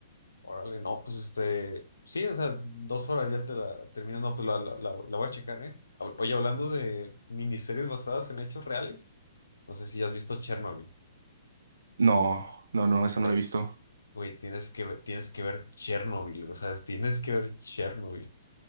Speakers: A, on the left; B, on the right.
A: Órale, no, pues este, sí, o sea, dos horas ya te la terminas, no, pues la, la, la- la voy a checar, ¿eh? Hab- Oye, hablando de miniseries basadas en hechos reales, no sé si has visto Chernobyl.
B: No, no, no, esa
A: Güey,
B: no la he visto.
A: güey, tienes que ver, tienes que ver Chernobyl, o sea, tienes que ver Chernobyl.